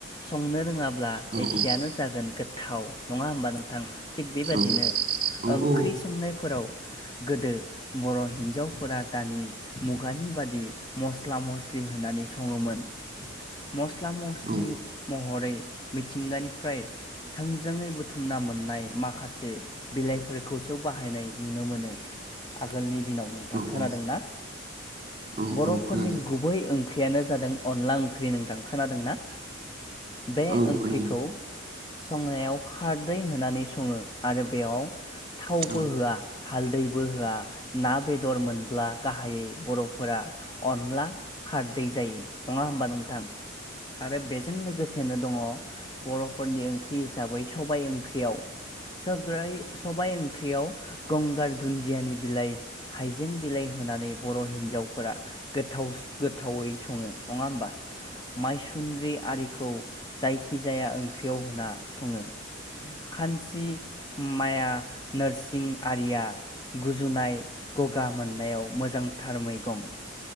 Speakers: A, on the left; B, on the right.
A: संनो रोङाब्ला
B: औ
A: एखेयानो
B: औ
A: जागोन गोथाव नङा होमबा नोंथां? थिग
B: औ
A: बेबाददिनो
B: औ औ औ
A: ओंख्रि संनायफोराव गोदो बर' हिनजावफोरा दानि मुगानि बादि मस्ला मस्लि होनानै सङोमोन। मस्ला-मस्लि
B: औ
A: महरै मिथिंगानिफ्राय थोंजोङै बुथुमना मोननाय माखासे बिलाइफोरखौसो बाहायनाय नुनो मोनो आगोलनि दिनाव नोंथां खोनादोंना
B: औ औ
A: बर'फोरनि
B: औ खोनादों
A: गुबै ओंख्रियानो जादों अनला ओंख्रि नोंथां खोनादोंना? बे
B: औ
A: ओंख्रिखौ
B: खोनादों
A: संनायाव खारदै होनानै सङो आरो बेयाव थावबो
B: औ
A: होआ हालदैबो होआ ना बेदर मोनब्ला गाहायै बर'फोरा अनला खारदै जायो नङा होमबा नोंथां आरो बे जों लोगोसेनो दङ बर'फोरनि ओंख्रि हिसाबै सबाय ओंख्रियाव साय सबाय ओंख्रियाव गंगार दुन्दियानि बिलाइ हाइजें बिलाइ होनानै बर' हिनजावफोरा गोथावस-गोथावै सङो नङा होमबा? मायसुंद्रि आरिखौ जायखिजाया ओंख्रियाव होना सङो खानसि माया नोरसिं आरिया गुजुनाय गगा मोननायाव मोजांथार मैगं।